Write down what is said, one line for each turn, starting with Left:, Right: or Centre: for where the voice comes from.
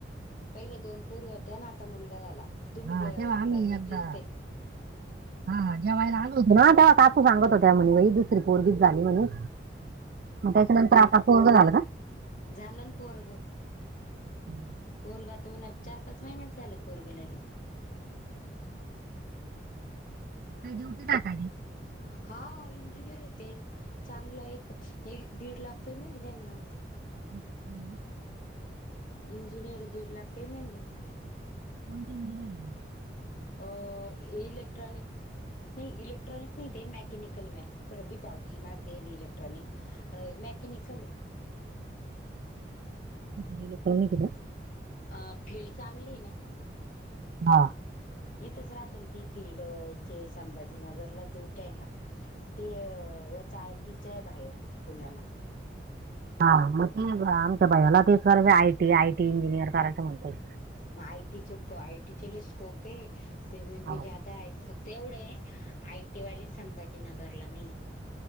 Left: पहिले दोन पोरी होत्या ना आता मुलगा झाला तुम्ही
Right: हा
Left: ग
Right: तेव्हा
Left: दुकान
Right: आम्ही
Left: घेतली
Right: एकदा
Left: क ते-
Right: <inaudible> हा जे्वायला आलो होत ना तेव्हा काकू सांगत हो त्या म्ह दुसरी पोरगीत झाली म्हणून. मग त्याच्यानंतर आता पोररग झाला का?
Left: झालंन पोरग.
Right: हम्म
Left: पोरग आत हुन चार पाच महिन्यात झालं पोरग लागे.
Right: काय डिवटि ला?
Left: हा इंजिनियर येत. चांगलं एक दीड लाख पेमेंट आहे तेन्ह-
Right: नाही ना.
Left: इंजिनीर दीड लाख पेमेंट आहे.
Right: कोनते इंजिनिअर?
Left: अ इलेक्ट्रॉनिक नाही इलेक्ट्रॉनिक नाही ते मॅकॅनिकल म- प्रदीप भाऊजी म दे र इलक्ट्रॉनिक अ मॅकनिकल
Right: ले पण का
Left: अ फिल्ड चांगली ना
Right: हा
Left: इथच राहते ना ती फिल्डचे संभाजीनगरला डीवट्या आहे ना ते याच आय टीच्या आहे बाहेर पुण्याला.
Right: हा मग ते आमच्या बायला तेच करायचं आयटी आयटी इंजिनियर करायचं म्हणतय.
Left: मग आयटी च आयटी स्कोप आहे पेमेंट
Right: हो.
Left: भी ज- आता फक्त एवढे आयटी वाले संभाजीनगरला नाही.